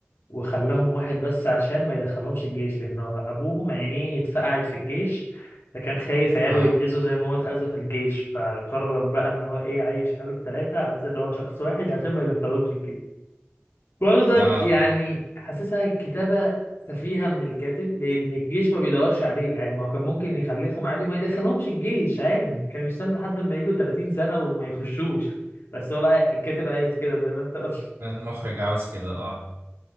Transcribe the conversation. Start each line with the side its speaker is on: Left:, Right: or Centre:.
Left: وخلاهم واحد بس عشان ما يدخلهمش الجيش لان هو ابوهم عينيه اتفقعت في الجيش فكان خايف عياله
Right: اه
Left: يتأذوا زي ما هو اتأذى في الجيش فقرر بقى ان هو ايه عايش قاله الثلاثه على اساس ان هو شخص واحد عشان ما يدخلهمش برضك
Right: اه
Left: يعني
Right: اه
Left: حاسسها كتابة سفيهة من الكاتب لأن الجيش ما بيدورش عليك عادي ما هو كان ممكن يخلفهم عادي وما يدخلهمش الجيش عادي كانوا يستنوا لحد ما يجوا 30 سنة وما يخشوش بس هو بقى الكاتب عايز كده زي ما أنت قلت <laughs>
Right: المخرج عاوز كده اه